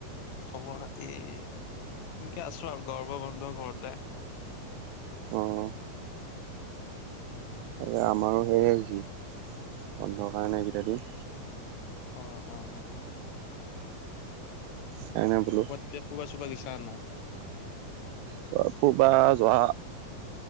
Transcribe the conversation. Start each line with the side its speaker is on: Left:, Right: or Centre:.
Left: খবৰ খাতি, এনকে আছোঁ আৰু। গৰ্ব গন্ধ ঘৰতে আ
Right: অ'। আৰে আমাৰো সেয়ে হৈছি, বন্ধ কাৰণে এইকেইটা দিন।
Left: অ', অ'।
Right: <unintelligible>
Left: কেবা ফুবা চুবা গেচা নে নাই?
Right: <unintelligible> ফুৰবা যোৱা